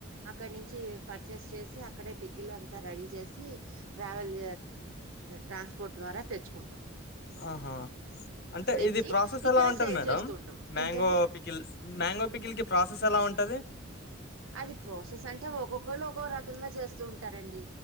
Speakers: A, on the right; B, on the left.
A: అక్కడ నుంచి పర్చేస్ చేసి అక్కడే టిక్కిలు అంతా రెడీ చేసి ట్రావెల్ ట్రాన్స్పోర్ట్ ద్వారా తెచ్చుకుంటాం
B: ఆహా అంటే
A: తెచ్చి
B: ఇది ప్రాసెస్
A: ఇక్కడ
B: ఎలా ఉంటది
A: సేల్
B: మేడం
A: చేస్తూ ఉంటాం.
B: మ్యాంగో
A: ఏంటండి
B: పికిల్ మ్యాంగో పికిల్ కి ప్రాసెస్ ఎలా ఉంటది
A: అది ప్రాసెస్ అంటే ఒక్కొక్కళ్ళు ఒక్కొక్క రకంగా చేస్తూ ఉంటారండి